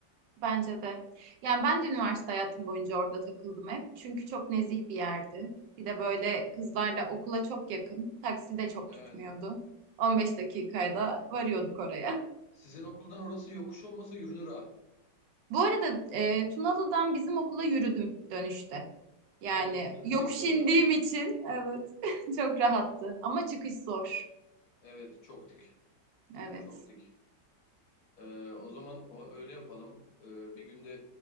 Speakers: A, on the right; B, on the left.
A: Bence de. Yani ben de üniversite hayatım boyunca orada takıldım hep. Çünkü çok nezih bir yerdi. Bir de böyle kızlarla okula çok yakın. Taksi de çok
B: Evet.
A: tutmuyordu. 15 dakikaya da varıyorduk oraya.
B: Sizin okuldan orası yokuş olmasa yürünür ha.
A: Bu arada e, Tunalı'dan bizim okula yürüdüm dönüşte. Yani
B: Evet, yürünecek
A: yokuş
B: bir yol
A: indiğim
B: orası.
A: için evet <laughs> çok rahattı. Ama çıkış zor.
B: Evet, çok dik.
A: Evet.
B: Çok dik. Ee, o zaman o öyle yapalım. Ee, bir günde